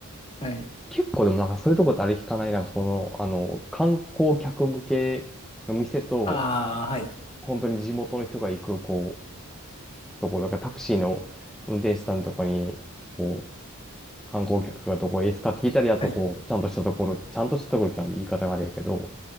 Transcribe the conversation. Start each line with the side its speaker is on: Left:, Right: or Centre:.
Left: はい。
Centre: 結構でもなんかそういうとこってあれ聞かない。なんかその、あの、観光客向けの店と、
Left: ああ、はい。
Centre: 本当に地元の人が行く、こう、ところ、だからタクシーの運転手さんとかに、こう、観光客がどこへですかって聞いたり、あとこう、
Left: はい。
Centre: ちゃんとしたところ、ちゃんとしたところってあれ言い方があれやけど、